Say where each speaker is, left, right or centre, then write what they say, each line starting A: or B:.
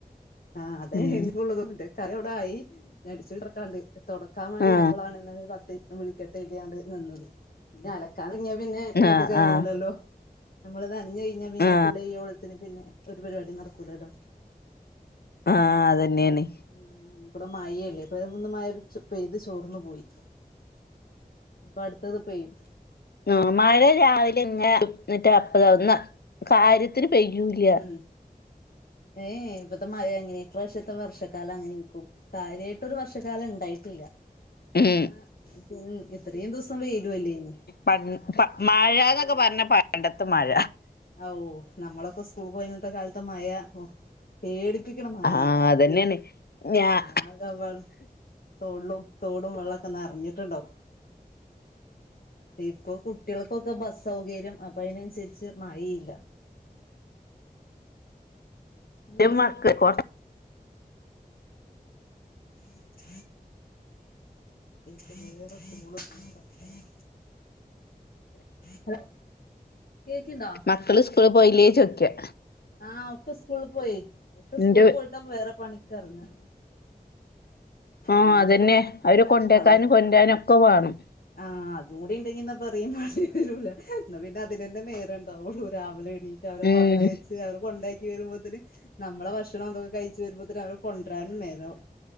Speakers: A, on the left; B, on the left.
A: ആഹ് അതെ
B: ഉം
A: എള്ളതുംണ്ട് കറവിട ആയി. ഞടിച്ചരി തൊടക്കാണ്ട് തുടക്കാൻ മടി
B: ആ
A: ബളാണ് ന്നലെ ത്തി വിളിക്കട്ടര്തീണ്ട് നിന്നത് ഇഞ് അലക്കാൻ ഇറങ്ങിയാ പിന്നെ ഇങ്ങട്ട്
B: ആ
A: കേറൂലല്ലോ.
B: ആ
A: നമ്മള് നനഞ്ഞഴിഞ്ഞാ പിന്നെ
B: ആ
A: കുളി ഓളത്തിന് പിന്നെ ഒരു പരിപാടി നടക്കൂലല്ലോ.
B: ആഹ് അതന്നെണ്.
A: ഉം ബടെ മായെല്ലേ. പയൊന്ന് മഴ പെയ്ത് ചോർന്നു പോയി ഇപ്പ അടുത്തത് പെയ്യും.
B: ആഹ മഴ രാവിലെ ഇങ്ങനെ എന്നിട്ട് അപ്പയ ഒന്ന് കാര്യത്തിന് പെയ്യൂല.
A: ഉം ഏ ഇപ്പത്തെ മഴ അങ്ങനെ ഇപ്രാവശ്യത്തെ വർഷക്കാലം അങ്ങനെനേക്കും കാര്യയി ട്ടൊരു ഒരു വർഷകാലം ഇണ്ടായിട്ടില്ല
B: ഉം
A: ഇന്നാ പിൻ ഇത്രയും ദിവസം വേലും അല്ലേന്നോ
B: പൻ പ മയ്യാന്നൊക്കെ പറഞ്ഞ പണ്ടത്ത മഴ.
A: ഔ നമ്മളൊക്കെ സ്കൂൾ പോയിന്നിത്തെ കാലത്ത മഴ പേടിപ്പിക്ക്ണ മയെക്കാരം
B: ആ അതന്നെയാണ് ഞാ
A: ആകാവെള്ള തൊള്ളും തോടും വെള്ളക്കെ നറഞ്ഞിട്ടുണ്ടാവും. ഇപ്പൊ കുട്ടികൾക്കൊക്കെ ബസ് സൗകര്യം അപ്പൊ അയിനനുസരിച്ച് മഴയില്ല.
B: ന്റെ
A: മുറി
B: മക്ക് ക്കോ
A: <inaudible> വേറെ കോൾ കട്ടായി ഹലോ കേക്കിണ്ടോ
B: മക്കള് സ്കൂള്
A: ആഹ്
B: പോയില്ലേ ചോയ്ക്യാ?
A: ആഹ് ഒക്കെ സ്കൂൾ പോയേ ഒക്കെ സ്കൂള്
B: ന്റെ
A: പോയിട്ട വേറെ പണിക്ക് എറങ്ങ.
B: ആഹ
A: അല്ലാതെപ്പ
B: അതന്നെ അവരെ കൊണ്ടേക്കാനും
A: അവ
B: കൊണ്ടാരനൊക്കെ വണം.
A: ആഹ് അതും കൂടി ഇണ്ടെങ്കി എന്നാ പറയും മണ്ടേരൂല എന്നാ പിന്നെ അതിനന്നെ നേര ഇണ്ടാവുള്ളൂ രാവിലെ എണീ റ്റ് അവരെ
B: ഉം
A: പറഞ്ഞച്ച് അവർ കൊണ്ടകി ക്കി വരുമ്പോത്തിന് നമ്മളെ ഭക്ഷണം ഇതൊക്കെ കഴിച്ച്ച് വരുമ്പോത്തന് അവരെ കൊണ്ടരാനും നേരവും.